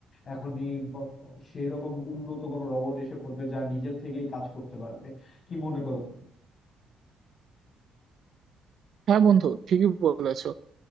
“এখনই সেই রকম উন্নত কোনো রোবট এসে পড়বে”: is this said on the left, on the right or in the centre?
Left